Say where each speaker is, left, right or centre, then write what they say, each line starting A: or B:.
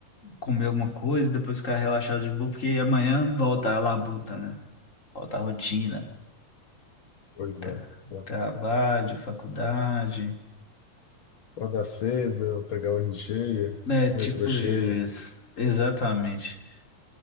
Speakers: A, on the left; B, on the left.
A: comer alguma coisa, depois ficar relaxado de boa, porque amanhã volta a labuta, né? Volta a rotina.
B: Pois
A: Tra-
B: é. Tá.
A: Trabalho, faculdade.
B: Acordar cedo, pegar o ônibus cheio,
A: É, tipo
B: o metrô cheio.
A: isso. Exatamente.